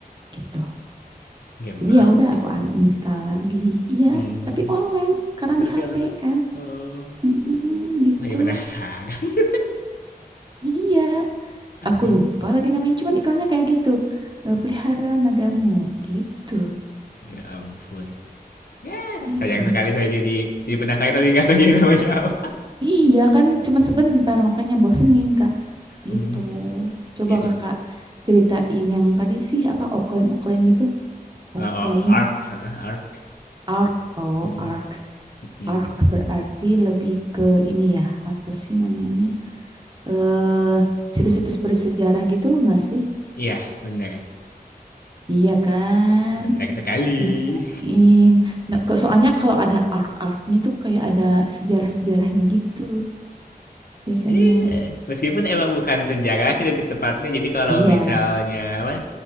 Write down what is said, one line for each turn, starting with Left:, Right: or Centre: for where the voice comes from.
Right: gitu
Left: Game
Right: jadi
Left: apa
Right: ya udah
Left: itu
Right: aku
Left: ya?
Right: uninstall lagi iya
Left: Hmm.
Right: tapi online karena
Left: Ada
Right: di
Left: via
Right: HP
Left: online.
Right: kan
Left: Oh.
Right: Mm-mm, gitu
Left: Masih penasaran. <laughs>
Right: iya Aku
Left: gaun.
Right: lupa lagi namanya, cuman iklannya kayak gitu. Eh, Pelihara nagamu gitu.
Left: Ya ampun. Ya,
Right: Mm-mm.
Left: sayang sekali saya jadi jadi penasaran tapi nggak tahu jadi nama siapa
Right: Iya kan cuman sebentar makanya bosenin Kak
Left: Hmm.
Right: gitu. Coba
Left: Ya sih,
Right: Kakak ceritain yang tadi sih apa Oakland Oakland gitu.
Left: Oh,
Right: Oakland
Left: oh, Ark, heeh, Ark.
Right: Arc oh
Left: Mm,
Right: Arc
Left: mm.
Right: Arc berarti lebih ke ini ya apa sih namanya? Eh situs-situs bersejarah gitu enggak sih?
Left: Iya, benar.
Right: Iya kan?
Left: Benar sekali.
Right: nemuin. Nah, kok- soalnya kalau ada arc-arcnya tuh kayak ada sejarah-sejarahnya gitu biasanya.
Left: Iya. Meskipun emang bukan sejarah sih lebih tepatnya. Jadi kalau
Right: Iya.
Left: misalnya apa?